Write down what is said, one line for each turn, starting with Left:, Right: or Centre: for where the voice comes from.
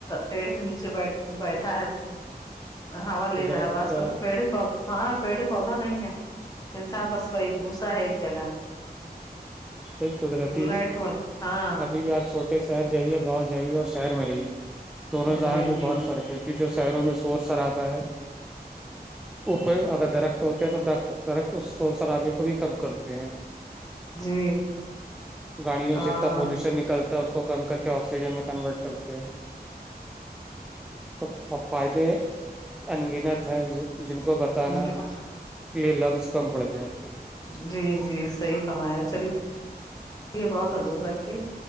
Left: پیڑ کے نیچے بیٹھ کے بیٹھا ہے ہا لے
Centre: قدرت
Left: رہا ہے اب آج کل تو پیڑ پود ہاں پیڑ پودا نہیں ہے انسان بس کوئی گھسا ہے ایک جگہ
Centre: ایک قدرتی
Left: لائٹ ہاں
Centre: ابھی بھی آ چھوٹ شہر جائیے گاؤں جائیے اور شہر میں رہیے دونوں
Left: جی
Centre: ہان میں
Left: جی
Centre: بہت فرق ہے کہ جو شہروں میں شور شرابہ ہے اوپر اگر درخت ہوتے ہیں تو درخت درخت اس شور شرابے کو بھی کم کرتے ہیں
Left: جی
Centre: گاڑیوں
Left: ہاں
Centre: سے اتنا پالیوشن نکلتا ہے اس کو کم کر کہ آکسیجن میں کنورٹ کرتے ہیں تو فائدے انگنت ہے جن کو بتانا
Left: جی
Centre: میرے لفظ کم پڑ جائیں گے
Left: جی جی صحیح فرمایا چلیے یہ بہت اگے کر کے